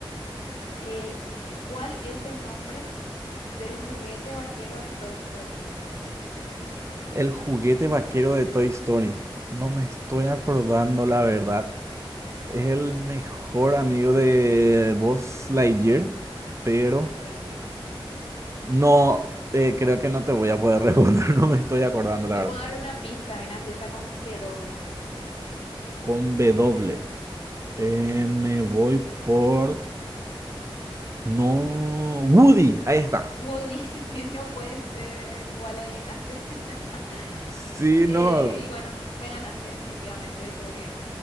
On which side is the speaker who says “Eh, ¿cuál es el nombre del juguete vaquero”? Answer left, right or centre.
Left